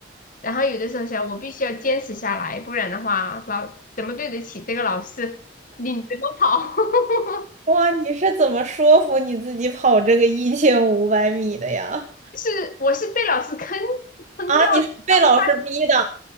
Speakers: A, on the left (about 45°); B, on the right (about 40°).
A: 然后有的时候想，我必须要坚持下来，不然的话，老怎么对得起这个老师领着我跑？<laughs>
B: 哇，你是怎么说服你自己跑这个一千五百米的呀？
A: 就是我是被老师坑坑掉的，
B: 啊，你是被老师逼的？
A: 然后